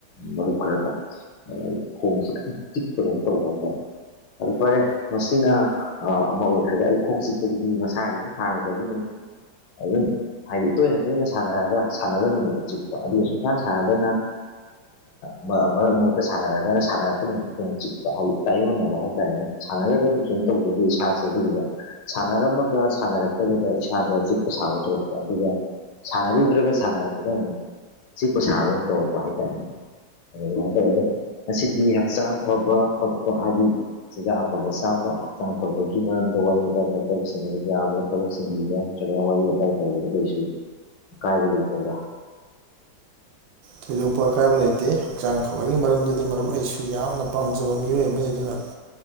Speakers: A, on the left; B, on the right.
A: ꯎ ꯃꯔꯨꯞ ꯈꯔꯒ ꯈꯣꯡꯁꯤꯤꯛꯄꯗꯧ ꯇꯧꯕ ꯍꯥꯏꯇꯥꯔꯦ ꯑꯗꯨ ꯐꯔꯦ ꯃꯁꯤꯅ ꯑꯃ ꯑꯣꯏꯈ꯭ꯔꯒ ꯑꯩ ꯈꯣꯡꯆꯤꯄꯒꯤꯗꯤ ꯃꯁꯥꯒꯤꯅꯤ ꯍꯥꯟꯅꯗꯒꯤꯅꯤ ꯑꯗꯨꯝ ꯍꯥꯏꯗꯤ ꯇꯣꯏꯅ ꯇꯣꯏꯅ ꯁꯥꯟꯅꯔꯒ ꯁꯥꯟꯅꯗꯕ ꯅꯨꯃꯤꯠꯇ ꯆꯤꯛꯄ ꯑꯗꯨꯒ ꯁꯨꯡꯀꯥꯟ ꯁꯥꯟꯅꯗꯅ ꯃꯔꯛ ꯃꯔꯛꯇ ꯁꯥꯟꯅꯔꯒꯅ ꯁꯥꯟꯅꯔꯛꯄꯗꯤꯃꯛꯇꯣꯡ ꯆꯤꯛꯄ ꯇꯥꯏꯌꯣꯟꯅꯕ ꯍꯥꯏꯇꯥꯔꯦꯅꯦ ꯁꯥꯟꯅꯔꯒꯗꯤ ꯖꯣꯏꯅ ꯇꯧꯖꯗꯦ ꯏꯁꯥꯁꯨ ꯑꯗꯨꯗꯨꯒ ꯁꯥꯟꯅꯔꯝꯃꯒ ꯁꯥꯟꯅꯔꯛꯇꯕꯗ ꯏꯁꯥꯗ ꯆꯤꯛꯄ ꯁꯥꯕ ꯊꯣꯛꯄ ꯑꯗꯨꯒ ꯁꯥꯟꯅꯔꯨꯗ꯭ꯔꯒ ꯁꯥꯟꯅꯔꯛꯄꯗ ꯑꯃꯨꯛ ꯆꯤꯛꯄ ꯁꯥꯟꯗꯧꯨ ꯇꯧꯔꯛꯄ ꯍꯥꯏꯇꯥꯔꯦ ꯑꯗꯨꯃꯥꯏꯅ ꯇꯧꯋꯦꯗ ꯉꯁꯤꯗꯤ ꯍꯛꯆꯥꯡ ꯐꯕ ꯈꯣꯠꯄ ꯍꯥꯏꯗꯤ ꯆꯤꯖꯥꯛ ꯑꯐꯕ ꯆꯥ ꯆꯖꯤꯝꯗ ꯋꯥꯔꯤ ꯇ ꯇꯧꯕ ꯌꯥꯌꯥꯕ꯭ꯔ ꯊꯕꯛ ꯆꯟꯕꯤꯕ ꯅꯠꯇ꯭ꯔꯒ ꯋꯥꯔꯤ ꯋꯥꯇꯥꯏ ꯇꯧꯕꯗ ꯀꯩꯁꯨ ꯀꯥꯏꯒꯣ ꯇꯕ꯭ꯔꯥ
B: ꯊꯣꯏꯗꯣꯛꯄ ꯑꯀꯥꯏꯕ ꯂꯩꯇꯦ ꯍꯛꯆꯥꯡ ꯐꯕꯒꯤ ꯃꯔꯝꯗꯗꯤ ꯃꯔꯨꯞ ꯑꯩꯁꯨ ꯌꯥꯝꯅ ꯄꯥꯝꯖꯕ ꯃꯤꯑꯣꯏ ꯑꯃꯅꯤ ꯑꯗꯨꯅ